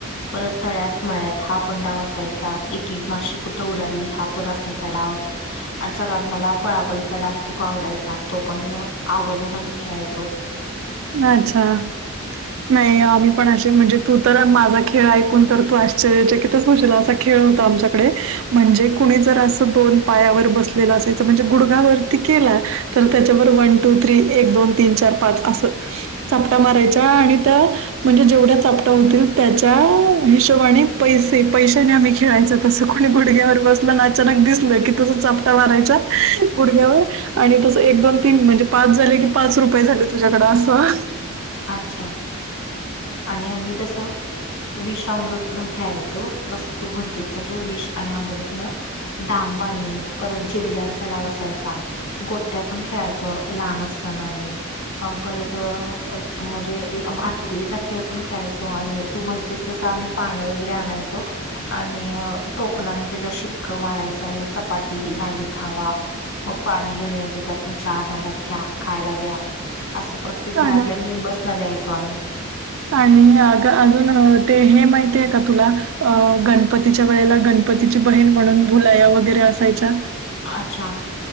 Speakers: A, on the left; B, on the right.
A: परत तळ्यात मळ्यात हा पण डाव असायचा इथली माशी कुठं उडाली हा पण असायचा डाव आणि सगळ्यात मला पळापळीचा डाग खूप आवडायचा तो पण आवर्जून आम्ही खेळायचो.
B: अच्छा नाही आम्ही पण असे म्हणजे तू तर माझा खेळ ऐकून तर तू अ आचकित होशला असा खेळ होता आमच्याकडे म्हणजे कुणी जर असं दोन पायावर बसलेलं असेल म्हणजे गुडगा वरती केला तर त्याच्यावर वन टू थ्री एक दोन तीन चार पाच असं चापटा मारायचा आणि त्या म्हणजे जेवढ्या चापटा होतील त्याच्या हिशोबाने पैसे पैशाने आम्ही खेळायच. तसं कोणी गुडघ्यावर बसलं आणि अचानक दिसल की तस पटा मारायचा गुडघ्यावर आणि तसं एक दोन तीन म्हणजे पाच झाले की पाच रुपये झाले तुझ्याकड असं
A: अच्छा. आणि आम्ही तस विषामृत खेळायचो बस तू म्हणतेस जस विष आणि अमृत न डांबानी परत जिबल्यांचा डावसायचा गोट्या पण खेळायचो लहान असताना मी अ परत म्हणजे भ ठुकलीचा खेळ पण खेळायचो आणि तू म्हणतेस तसं आम्ही पाणं वगैरे आणायचो आणि टोपनान त्याच्या शिक्क मारायचं आणि चपाती झाली खावा मग पाणी घेऊन यायचं त्यातनं चहा झाला घ्या खायला घ्या. असं प्रत्येक
B: सांगा.
A: घरातल्या मेंबर्स ना द्यायचो आम्ही.
B: आणि अग अजून ते हे माहिती आहे का तुला अ गणपतीच्या वेळेला गण गणपतीची बहीण म्हणून भुलाया वगैरे असायच्या
A: अच्छा.